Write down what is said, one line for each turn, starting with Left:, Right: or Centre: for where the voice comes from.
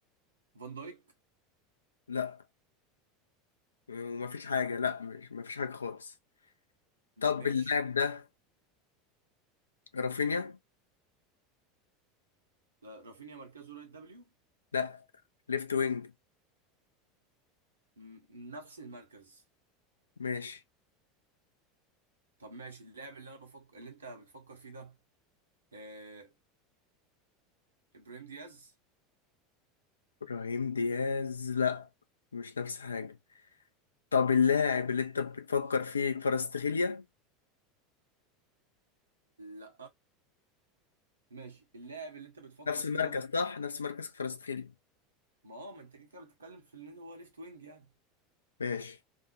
Right: فان دايك
Left: لا مفيش حاجة لا مش مفيش حاجة خالص طب
Right: ماشي
Left: اللاعب ده رافينيا
Right: لا، رافينيا مركزه رايت دبليو
Left: لا ليفت وينج
Right: م- نفس المركز
Left: ماشي
Right: طب ماشي اللاعب اللي انا بفكر اللي انت بتفكر فيه ده آه... ابراهيم دياز
Left: ابراهيم دياز لا مش نفس حاجة طب اللاعب اللي انت بتفكر فيه كفاراتسخيليا
Right: لا ماشي اللاعب اللي انت بتفكر
Left: نفس
Right: فيه
Left: المركز
Right: ده
Left: صح نفس مركز كفاراتسخيليا
Right: ما هو ما انت كده كده بتتكلم في ان هو ليفت وينج يعني
Left: ماشي